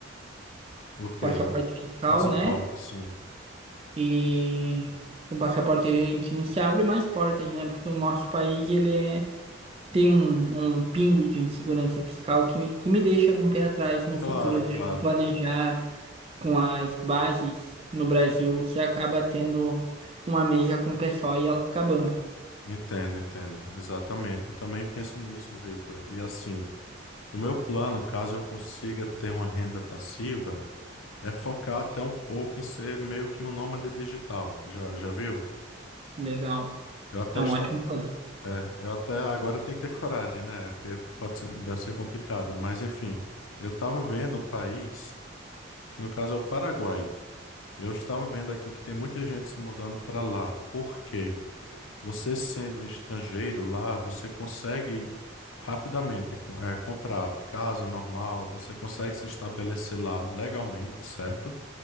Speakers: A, on the left; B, on the right.
A: O quê?
B: passaporte
A: O
B: fiscal,
A: passaporte,
B: né?
A: sim.
B: E com o passaporte argentino se abre mais portas, né? Porque o nosso país, ele é tem um, um pingo de insegurança fiscal que me, que me deixa com o pé atrás no
A: Claro,
B: futuro, né?
A: claro.
B: Planejar com as bases no Brasil, você acaba tendo uma mesa com o pessoal e ela fica bamba.
A: Entendo, entendo. Exatamente. Eu também penso nisso, Vitor. E assim, o meu plano, caso eu consiga ter uma renda passiva, É focar até um pouco em ser meio que um nômade digital. Já, já viu?
B: Legal.
A: Eu até,
B: É um
A: esta...
B: ótimo plano.
A: eu até agora tenho que ter coragem, né? Porque pode ser... deve ser complicado. Mas enfim, eu estava vendo um país, que no caso é o Paraguai. Eu estava vendo aqui que tem muita gente se mudando para lá. Por quê? Você sendo um estrangeiro lá, você consegue rapidamente co- eh, comprar casa normal, você consegue se estabelecer lá legalmente, certo?